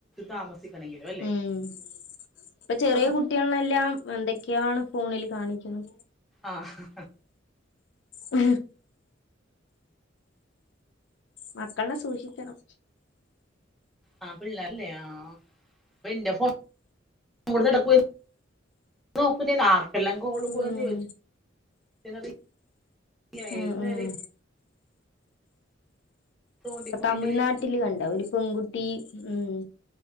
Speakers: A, in the centre; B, on the left.
A: താമസ ണിക്ക
B: ഉം ഇപ്പൊ ചെറിയ
A: നമുക്ക്
B: കുട്ടികൾനെല്ലാം എന്തൊക്കെയാണ് ഫോണിൽ കാണിക്ക്ന്ന
A: ആഹ്
B: ഉ മക്കളിനെ സൂക്ഷിക്കണം
A: ആ പിള്ളല്ലേ ആ അ ഇന്റെ ഫോടുക്ക <unintelligible> നോക്കും ഞാൻ ആർക്കെല്ലാം ഗോള്
B: ഉം
A: പോയ <unintelligible> പി <unintelligible> നേ
B: ഉം
A: നേരെ
B: ഉം
A: <unintelligible> തോണ്ടിക്കൊണ്ടിരിക്കലായിരിക്കും
B: ഇപ്പ തമിഴ്നാട്ടില് കണ്ട ഒരു പെൺകുട്ടി ഉം